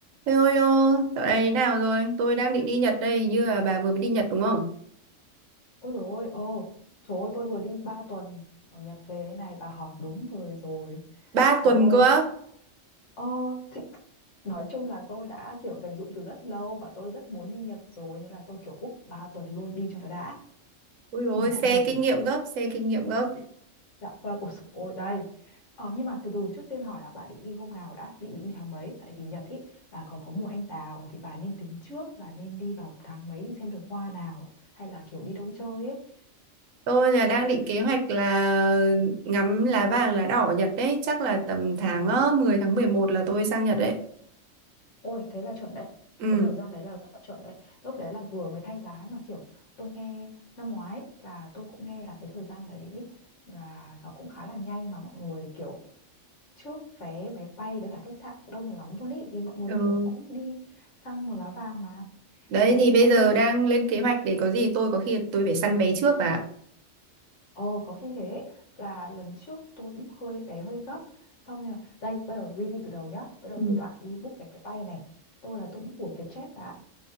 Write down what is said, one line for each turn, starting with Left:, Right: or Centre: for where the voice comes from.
Right: Thế ơi đô, dạo này thế nào rồi? Tôi đang định đi Nhật đây, hình như là bà vừa mới đi Nhật đúng không?
Left: Ôi dồi ôi, ồ, trời ơi, tôi vừa đi 3 tuần ở Nhật về đây này, bà hỏi đúng người rồi.
Right: Ba
Left: Trời
Right: tuần
Left: ơi,
Right: cơ. á.
Left: ờ, thì, nói chung là tôi đã kiểu dành dụm từ rất lâu và tôi rất muốn đi Nhật rồi nên là tôi kiểu book 3 tuần luôn đi cho nó đã.
Right: Ui ôi,
Left: Nhưng mà
Right: xe
Left: cũng hơi tốn.
Right: kinh nghiệm gấp, xe kinh nghiệm gấp.
Left: Dạ vâng, ôi dồi ôi, đây. Ờ, nhưng mà từ từ trước tiên hỏi là bà định đi hôm nào đã, định định tháng mấy? Tại vì Nhật ý là còn có mùa anh đào thì bà nên tính trước là nên đi vào tháng mấy thì xem được hoa nào hay là kiểu đi đâu chơi ấy.
Right: Tôi là đang định kế hoạch là ngắm lá vàng lá đỏ ở Nhật đấy, chắc là tầm tháng ờ, 10 tháng 11 là tôi sang Nhật đấy.
Left: Ôi thế là chuẩn đấy
Right: Ừ.
Left: Cái thời gian đấy là rất là chuẩn đấy Lúc đấy là vừa mới thay lá mà kiểu Tôi nghe năm ngoái là tôi cũng nghe là cái thời gian đấy Là nó cũng khá là nhanh mà mọi người kiểu Trước vé máy bay với cả khách sạn đông lắm luôn ý Vì mọi người
Right: Ừ.
Left: kiểu cũng đi săn mùa lá vàng mà
Right: Đấy
Left: Đấy
Right: thì
Left: thì
Right: bây
Left: ok
Right: giờ đang lên kế hoạch để có gì tôi có khi tôi phải săn vé trước bà. ạ.
Left: Ồ có khi thế là lần trước tôi book hơi vé hơi gấp Xong rồi là- đây bây giờ review từ đầu nhá Thì bắt đầu
Right: Ừ.
Left: từ đoạn đi book vé máy bay này Tôi là tôi book của Vietjet và